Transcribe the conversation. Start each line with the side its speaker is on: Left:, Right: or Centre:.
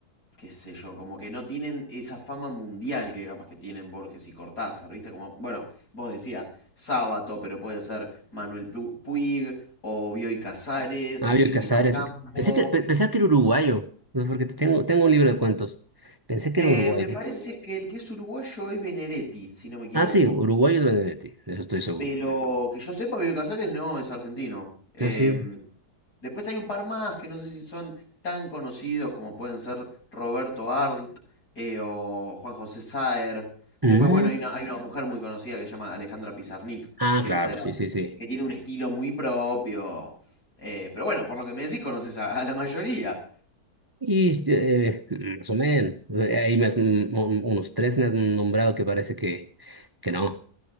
Left: qué sé yo, como que no tienen esa fama mundial que capaz que tienen Borges y Cortázar, ¿viste? Como, bueno, vos decías Sábato, pero puede ser Manuel Puig, o Bioy Casares,
Right: Fabio
Left: o Silvina
Right: Casares.
Left: Ocampo.
Right: Pensé que, pe- pensaba que era uruguayo, ¿no? porque tengo, tengo un libro de cuentos. Pensé que
Left: Eh,
Right: era uruguayo.
Left: me parece que el que es uruguayo es Benedetti, si no me equivoco.
Right: Ah, sí, uruguayo es Benedetti, de eso estoy seguro.
Left: Pero que yo sepa, Bioy Casares no es argentino. Em,
Right: Ah, sí.
Left: Después hay un par más que no sé si son tan conocidos como pueden ser Roberto Arlt eh, o Juan José Saer. Después,
Right: Mm.
Left: bueno, hay una, hay una mujer muy conocida que se llama Alejandra Pizarnik,
Right: Ah,
Left: que
Right: claro,
Left: quizá era,
Right: sí,
Left: Claro.
Right: sí, sí.
Left: que Sí, tiene un sí. estilo muy propio. Eh, pero bueno, por lo que me decís, conoces a, a la mayoría.
Right: Y eh, más o menos. Ahí me has- mm, un- unos tres me han nombrado que parece que, que no.